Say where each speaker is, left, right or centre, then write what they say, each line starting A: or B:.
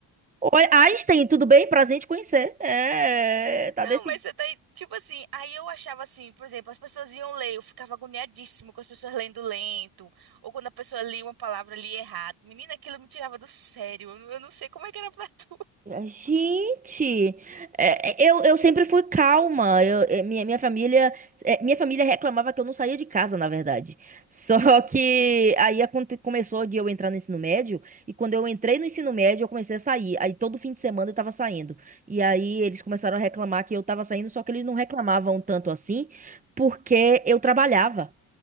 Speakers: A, on the right; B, on the right.
A: Oi, Einstein, tudo bem? Prazer em te conhecer. É,
B: <laughs>
A: tá
B: Não,
A: decidido.
B: mas você tá, aí- tipo assim, aí eu achava assim, por exemplo, as pessoas iam ler, eu ficava agoniadíssimo com as pessoas lendo lento, ou quando a pessoa lia uma palavra ali errado. Menina, aquilo me tirava do sério. Eu, não eu não sei como é que era pra tu.
A: Gente, é, é, eu, eu sempre fui calma. Eu, é, minha, minha família, é, minha família reclamava que eu não saía de casa, na verdade. <laughs> Só que aí aconte- começou de eu entrar no ensino médio, e quando eu entrei no ensino médio, eu comecei a sair. Aí todo fim de semana eu tava saindo. E aí eles começaram a reclamar que eu tava saindo, só que eles não reclamavam tanto assim, porque eu trabalhava.